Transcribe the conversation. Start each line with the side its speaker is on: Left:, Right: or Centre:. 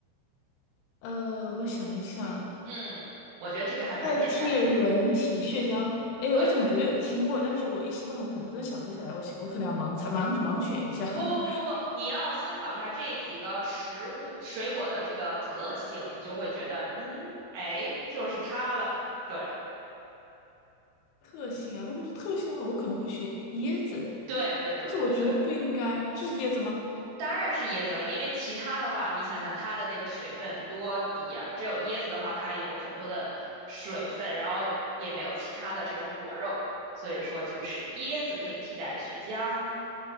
Left: 呃，我想一想，
Right: 嗯，我觉得这个还蛮简单的。
Left: 代替人体血浆，哎，
Right: 对。
Left: 我总觉得有听过，但是我一时半会儿可能真的想不起来，我我可能要盲猜盲盲选一下 <laughs>
Right: 不不不不不，你要思考一下这几个食物水果的这个特性，你就会觉得，嗯，哎，就是它了。对
Left: 特性啊。如果是特性的话，我可能会选椰子哎，诶
Right: 对对对对对，
Left: 但是我觉得不应该是椰子吗？
Right: 当然是椰子了，因为其他的话，你想想它的那个水分多低呀、只有椰子的话，它有很多的水分，然后也没有其他的这种果肉，所以说就是椰子可以替代血浆。